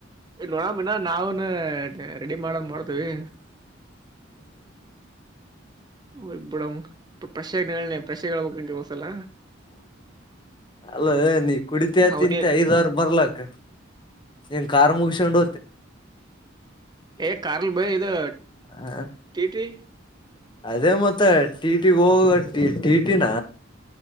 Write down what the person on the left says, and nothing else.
ಅಲ್ಲ ನೀ ಕುಡಿತ
ತಿಂತೆ ಐದ್ಾರ ಬರ್ಲಕ್ ನ್ ಕಾರ್ ಮುಗಿಸೊಂಡ
ಹ
ಅದೇ ಮತ್ತೆ ಟಿಟಿಗೆ ಹೋಗಟ ಟಿಟಿನ